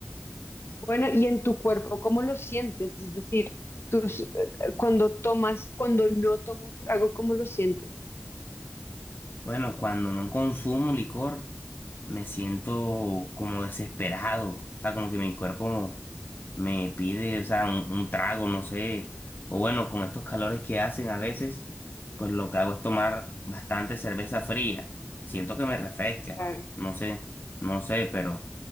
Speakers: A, on the left (about 70°); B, on the left (about 50°).
A: Bueno, y en tu cuerpo, ¿cómo lo sientes? Es decir, tus- eh, cuando tomas, cuando no tomas trago, ¿cómo lo sientes?
B: Bueno, cuando no consumo licor, me siento como desesperado. O sea, como que mi cuerpo me pide, o sea, un, un trago, no sé. O bueno, con estos calores que hacen a veces, pues lo que hago es tomar bastante cerveza fría. Siento que me refresca.
A: Claro.
B: No sé, no sé, pero